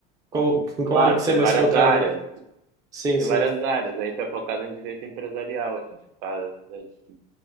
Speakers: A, on the right (about 15°); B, on the right (about 85°).
A: Qual, em qual
B: Claro,
A: área que você
B: tem
A: é mais
B: várias
A: focada?
B: áreas.
A: Sim,
B: Tem
A: sim.
B: várias áreas. A gente é focado em direito empresarial. A gente faz, a gente